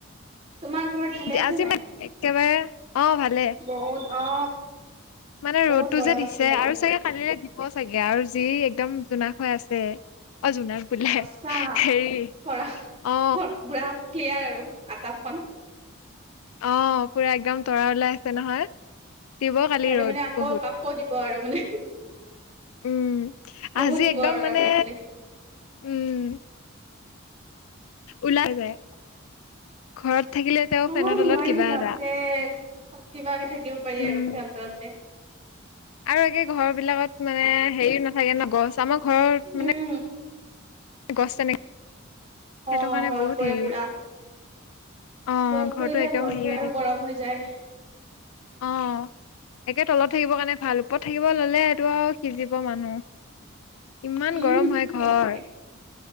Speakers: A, on the right (about 30°); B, on the left (about 85°).
A: তোমাৰ ঘৰত ভালে আছে
B: আজি
A: নাই
B: মান একেবাৰে অ ভালে
A: বহুত অ
B: মানে
A: বহুত
B: ৰ'দটো
A: গৰম
B: যে দিছে
A: আছিলে আজি
B: আৰু চাগে খালিৰে <unintelligible> ক চাগে আৰু যি একদম জোনাক হৈ আছে অ জোনাক বোলে
A: সঁচা
B: হেৰি
A: ধৰা
B: অ
A: পুৰা ক্লিয়াৰ আৰু আকাশখন
B: অ পুৰা একদম তৰা ওলাই আছে নহয় দিব কালি
A: খালি
B: ৰ'দ
A: মানে আকৌ
B: বহুত।
A: আকৌ দিব আৰু মানে
B: উম
A: বহুত
B: আজি
A: দিব
B: একদম
A: আৰু তাৰ
B: মানে
A: কালি
B: উম ওলাই যায় ঘৰত থাকিলে তেওঁ
A: অ
B: ফেনৰ তলত
A: নোৱাৰি
B: কিবা
A: বাপে
B: এটা
A: কিবাকে থাকিব পাৰি
B: উম।
A: আৰু সিঁতৰতে
B: আৰু একে ঘৰ বিলাকত মানে হেৰিও নাথাকে ন গছ আমাৰ ঘৰত
A: উম
B: মানে গছ তেনেকে
A: অ
B: সেইটো কাৰণে
A: ৰ'দ
B: বহুত
A: পৰে
B: হেৰি
A: পুৰা
B: অ
A: ৰ'দ
B: ঘৰটো
A: পৰিলে
B: একদম
A: ঘৰবোৰ
B: হেৰি হৈ
A: আৰু
B: থাকে
A: গৰম হৈ যায়।
B: অ একে তলত থাকিব কাৰণে ভাল ওপৰত থাকিব ললে এইটো আৰু সিজিব মানুহ ইমান
A: উম
B: গৰম হয় ঘৰ
A: বাপৰে